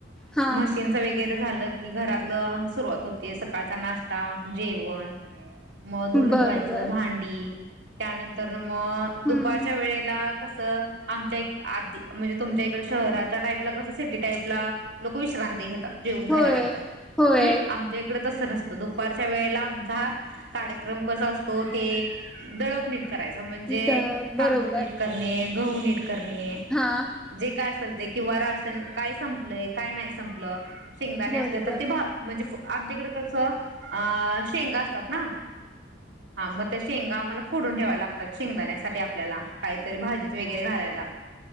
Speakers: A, in the centre; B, on the right.
A: हा
B: मशीनच वगै झालं की घरातलं सुरुवात होते. सकाळचा नाश्ता जेवण. मग धुणत
A: बरोबर
B: व्हायचं भांडी. त्यानंतर. मग दुपारच्या
A: हम्म
B: वेळेला. कस आमच्या आ ती म्हणजे तुमच्या इकड शहराच्या टाईपला कसं सिटी टाईपला लोक विश्रांती घेत जेवून झाल्यांतर
A: होय होय
B: हं आमच्या इकडं तस च नसतं दुपारच्या वेळेला आमचा कार्यक्रम कसा असतो ते दळप निट करायच म्हणजे
A: द
B: तांदूळ
A: बरोबर
B: नीट ते गहू नीट कर ने
A: हा
B: काय असेल ते. किंवा राशन काय संपलंय काय नाही संपलं. शेंगदाणे
A: बरोबर
B: असले तर ते भा म्हणजे आमच्याकडे कस अ शेंगा असतात ना? हा म त्या शेंगा आम्हाला फ़ोडून ठेवाव्या लागतात शेंगदाण्यासाठी आपल्याला. काहीतरी भाजीत वगैरे घालायला.